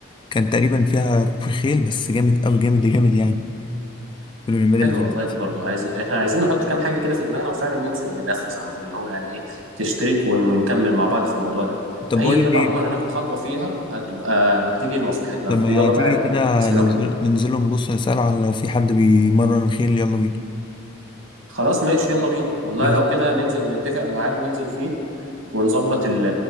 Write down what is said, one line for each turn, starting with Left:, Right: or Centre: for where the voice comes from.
Left: كان تقريبا فيها ركوب خيل بس جامد أوي جامد جامد يعني في الأولمبياد
Right: حلو
Left: اللي فاتت
Right: والله دي برضو عايز احنا عايزين نحط كام حاجة كده في دماغنا وفعلا ننزل ننفذ على طول اللي هو يعني ايه تشترك ون- ونكمل مع بعض في الموضوع ده
Left: طب
Right: اي
Left: بقول
Right: رياضة
Left: لك إيه
Right: عموما هناخد خطوة فيها هتبقى هتيجي لمصلحتنا
Left: لما
Right: في الرياضة
Left: تيجي
Right: بقى
Left: كده
Right: جسمنا
Left: ننزل
Right: وكده
Left: ننزل نبص نسأله على لو في حد بيمرن خيل يلا بينا
Right: خلاص ماشي يلا بينا والله
Left: ماشي
Right: لو كده ننزل نتفق ميعاد ننزل فيه ونظبط ال-